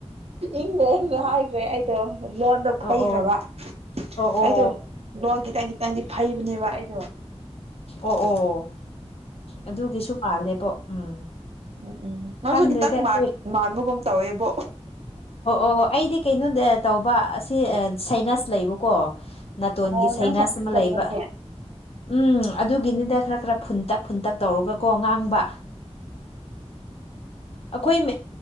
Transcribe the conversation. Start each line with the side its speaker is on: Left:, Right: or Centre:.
Right: ꯏꯪꯂꯦꯟ ꯗꯣ ꯍꯥꯏꯈ꯭ꯔꯦ ꯑꯩꯗꯣ ꯂꯣꯟꯗꯣ
Left: ꯑꯣ
Right: ꯐꯩꯈ꯭ꯔꯕ
Left: ꯑꯣ ꯑꯣ ꯑꯣ
Right: ꯑꯩꯗꯣ ꯂꯣꯜ ꯈꯤꯇꯪ ꯈꯤꯇꯪꯗꯤ ꯐꯩꯕꯅꯦꯕ ꯑꯩꯗꯣ
Left: ꯑꯣ ꯑꯣ ꯑꯗꯨꯒꯤꯁꯨ ꯃꯥꯜꯂꯦ <unintelligible> ꯎꯝ
Right: ꯎꯝ ꯎꯝ ꯅꯪꯁꯨ
Left: ꯈꯪꯗ꯭ꯔꯦꯗ
Right: ꯈꯤꯇꯪ
Left: ꯑꯩꯈꯣꯏ
Right: ꯃꯥꯟꯕꯒꯨꯝ ꯇꯧꯋꯦꯕꯣ
Left: ꯑꯣ ꯑꯣ ꯑꯣ ꯑꯩꯗꯤ ꯀꯩꯅꯣꯗ ꯇꯧꯕ ꯑꯁꯤ ꯁꯥꯏꯅꯁ ꯂꯩꯕꯀꯣ ꯅꯥꯇꯣꯟꯒꯤ
Right: ꯑꯣ
Left: ꯁꯩꯅꯁ
Right: ꯅꯪ ꯁꯥꯏꯟꯁ
Left: ꯑꯃ ꯂꯩꯕ
Right: ꯂꯧꯕꯅꯦ
Left: ꯎꯝ ꯑꯗꯨꯒꯤꯅꯤꯗ ꯈꯔ ꯈꯔ ꯐꯨꯟꯇꯛ ꯐꯨꯟꯇꯛ ꯇꯧꯔꯒꯀꯣ ꯉꯥꯡꯕ ꯑꯩꯈꯣꯏ